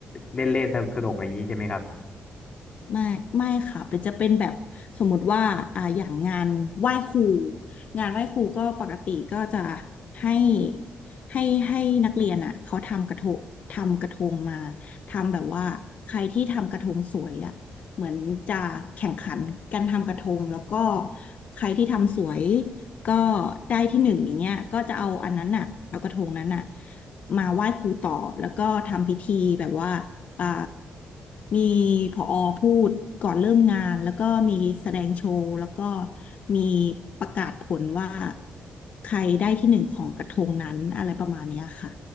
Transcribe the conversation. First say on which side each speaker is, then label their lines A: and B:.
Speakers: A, on the left; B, on the left.
A: เล่นเล่นสนุกสนุกอย่างนี้ใช่ไหมครับ
B: ไม่ไม่ค่ะเป็นจะเป็นแบบสมมุติว่าอ่าอย่างงานไหว้ครูงานไหว้ครูก็ปกติก็จะให้ให้ให้นักเรียนอ่ะเขาทำกระทงทำกระทงมาทำแบบว่าใครที่ทำกระทงสวยอ่ะเหมือนจะแข่งขันกันทำกระทงแล้วก็ใครที่ทำสวยก็ได้ที่หนึ่งอย่างเงี้ยก็จะเอาอันนั้นอ่ะเอากระทงนั้นอ่ะมาไหว้ครูต่อแล้วก็ทำพิธีแบบว่าอ่า มีผอพูดก่อนเริ่มงานแล้วก็มีแสดงโชว์แล้วก็มีประกาศผลว่าใครได้ที่หนึ่งของกระทงนั้นอะไรประมาณเนี้ยค่ะ